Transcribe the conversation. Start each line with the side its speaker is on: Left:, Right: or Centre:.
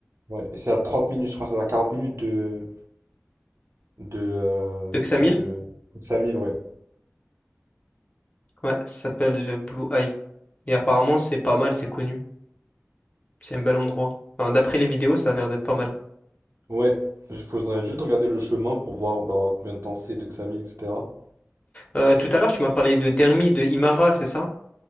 Right: Ouais, et c'est à 30 minutes, je crois, c'est à 40 minutes de, de, euh,
Left: De Xamil?
Right: de, de Xamil, ouais.
Left: Ouais, ça s'appelle The Blue Eye. Et apparemment c'est pas mal, c'est connu, c'est un bel endroit. Enfin, d'après les vidéos, ça a l'air d'être pas mal.
Right: Ouais, il faudrait juste regarder le chemin pour voir bah, combien de temps c'est de Xamil, etc.
Left: Euh, tout à l'heure, tu m'as parlé de Dermi, de Imara, c'est ça?